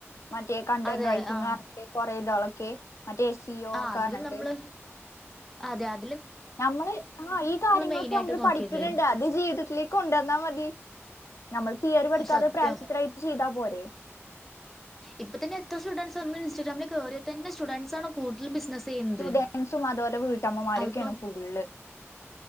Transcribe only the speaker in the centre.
അതെ
ആ
ആഹ്
അതിലും നമ്മള് അതെ അതെ
മെയിൻ ആയിട്ട്
നോക്കിയത്
സത്യം
ഇപ്പ തന്നെ എത്ര സ്റ്റുഡൻറ്സ് ഇൻസ്റ്റിഗ്രമിൽ കയറിയ തന്നെ സ്റ്റുഡൻറ്സ് ആണ് കൂടുതൽ ബിസിനസ് ചെയ്യുന്നത്
അതിപ്പം